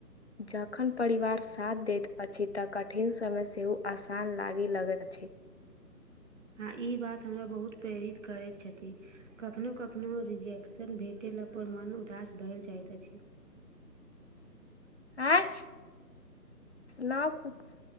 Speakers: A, on the left; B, on the right.
A: जखन परिवार साथ दैत अछि तऽ कठिन समय सेहो आसान लागी लगैत अछि
B: हँ ई बात हमरा बहुत प्रेरित करैत छथि कखनो कखनो रिजेक्श। भेटयेला पर मन उदास भेल जाइत अछि
A: आयं ना कुछ